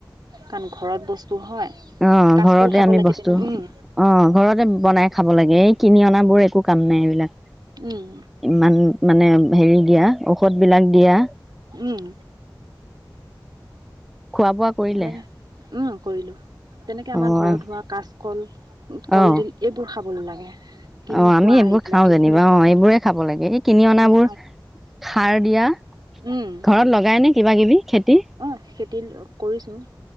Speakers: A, on the right; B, in the centre.
A: কাৰণ ঘৰত বস্তু হয়
B: অ
A: কাচকল
B: ঘৰতে
A: খাব
B: আমি
A: লাগে
B: বস্তু
A: তেনেকে উম
B: অ ঘৰতে বনাই খাব লাগে এ কিনি অনা বোৰ একো কাম নাই এইবিলাক
A: উম
B: ইমান মানে হেৰি দিয়া ঔষধবিলাক দিয়া
A: উম
B: খোৱা বোৱা কৰিলে
A: তেনেকে উম কৰিলোঁ তেনেকে আমাৰ
B: অ',
A: ঘৰত হোৱা কাজ কল কলডিল
B: অ',
A: এইবোৰ শা শাক খাবলৈ লাগে কিনি
B: অ
A: খোৱা
B: আমি এইবোৰ
A: আহি পেলাই
B: খাও যেনিবা অ এইবোৰে খাব লাগে এই কিনি অনাবোৰ
A: মানে
B: সাৰ দিয়া
A: উম
B: ঘৰত লগাই নে কিবা কিবি খেতি
A: অ খেতি কৰিছো